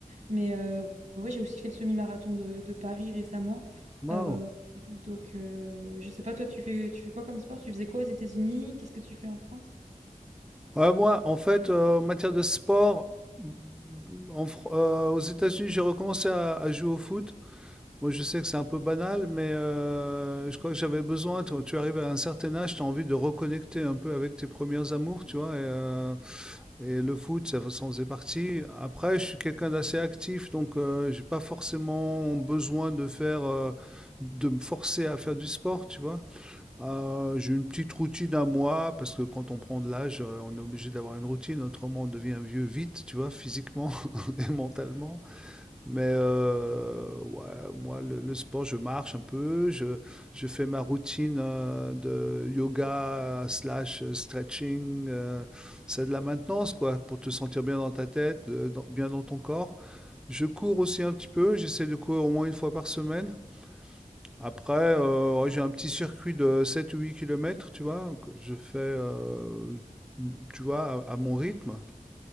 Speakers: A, on the right; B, in the centre.
A: Mais euh, ouais, j'ai aussi fait le semi-marathon de, de Paris récemment.
B: Wow.
A: Euh, donc euh, je sais pas, toi tu fais, tu fais quoi comme sport? Tu faisais quoi aux États-Unis? Qu'est-ce que tu fais en France?
B: Ouais, moi, en fait, euh, en matière de sport, mm, en Fr- euh, aux États-Unis, j'ai recommencé à, à jouer au foot. Moi, je sais que c'est un peu banal, mais euh, je crois que j'avais besoin. Tu, tu arrives à un certain âge, tu as envie de reconnecter un peu avec tes premières amours, tu vois. Et, euh, et le foot, ça, ça en faisait partie. Après, je suis quelqu'un d'assez actif, donc euh, j'ai pas forcément besoin de faire, euh, de me forcer à faire du sport, tu vois. Euh, j'ai une petite routine à moi parce que quand on prend de l'âge, euh, on est obligé d'avoir une routine, autrement on devient vieux vite, tu vois, physiquement <laughs> et mentalement. Mais euh, ouais, moi, le, le sport, je marche un peu, je, je fais ma routine euh, de yoga slash stretching. euh, c'est de la maintenance, quoi, pour te sentir bien dans ta tête, euh, dans- bien dans ton corps. Je cours aussi un petit peu, j'essaie de courir au moins une fois par semaine. Après, euh, ouais, j'ai un petit circuit de sept ou huit kilomètres tu vois, que je fais, euh, tu vois, à, à mon rythme.